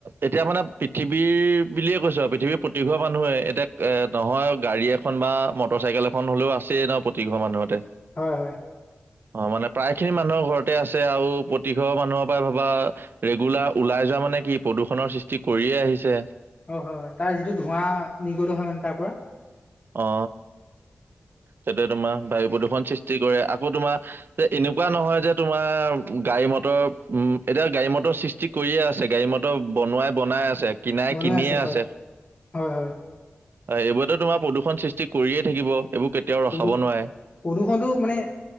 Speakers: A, on the right (about 65°); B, on the left (about 45°).
A: এতিয়া মানে পৃথিৱীৰ বুলিয়ে কৈছো আৰু পৃথিৱীৰ প্ৰতিঘৰ মানুহে এতিয়া এ নহয় গাড়ী এখন বা মটৰ চাইকেল এখন হলেও আছেই ন প্ৰতিঘৰ মানুহতে
B: হয় হয়
A: অ মানে প্ৰায় খিনি মানুহৰ ঘৰতে আছে আৰু প্ৰতি ঘৰ মানুহৰ পাই ভবা ৰেগুলাৰ ওলাই যোৱা মানে কি প্ৰদূষণৰ সৃষ্টি কৰিয়ে আহিছে
B: হয় হয় হয় তাৰ যিটো ধোঁৱা নিৰ্গত হয় মানে তাৰ পৰা
A: অ সেইটোৱে তোমাৰ বায়ু প্ৰদূষণৰ সৃষ্টি কৰে আকৌ তোমাৰ যে এনেকুৱা নহয় যে তোমাৰ গাড়ী মটৰ উম এতিয়া গাড়ী মটৰ সৃষ্টি কৰিয়ে আছে গাড়ী মটৰ বনোৱাই বনাই আছে কিনাই
B: বনোৱাই
A: কিনিয়ে আছে
B: হয়। হয় হয়
A: এইবোৰতে তোমাৰ প্ৰদূষণ সৃষ্টি কৰিয়ে থাকিব এইবোৰ কেতিয়াও
B: প্ৰদূ
A: ৰখাব নোৱাৰে
B: প্ৰদূষণটো মানে